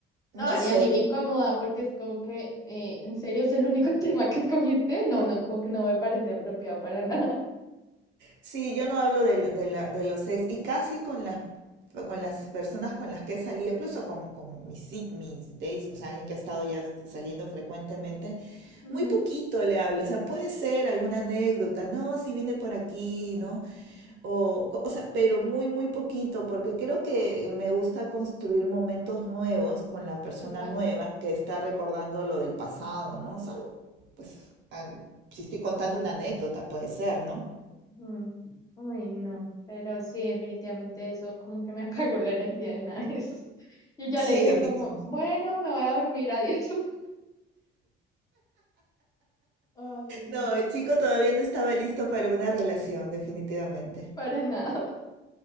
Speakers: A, on the right; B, on the left.
A: no
B: No,
A: sé,
B: y a mí me
A: yo
B: incomoda porque es como que, eh, ¿en serio es el único <laughs> tema que escogiste? No, no, como que no me parece apropiado para nada.
A: sí, yo no hablo del- de, la- de los ex y casi con las, con las personas con las que he salido, incluso con, con mis, ci- mis dates, o sea, alguien que ha estado ya saliendo frecuentemente,
B: Ujú,
A: muy poquito le hablo, o sea, puede ser alguna anécdota, no, si viene por aquí, ¿no? O, co- o sea, pero muy, muy poquito, porque creo que me gusta construir momentos nuevos con
B: <laughs>
A: la persona
B: total.
A: nueva que está recordando lo del pasado, ¿no? Salvo, pues, ah, si estoy contando una anécdota, puede ser, ¿no?
B: ujú. Uy, no, pero sí, definitivamente eso como que me <laughs> apagó la energía de una vez. <laughs> Yo ya
A: Sí,
B: le dije
A: a mí
B: como,
A: también.
B: bueno,
A: <laughs>
B: me voy a dormir, adiós. <laughs> Ay,
A: No,
B: no,
A: el chico todavía no estaba listo para una relación, definitivamente.
B: para nada.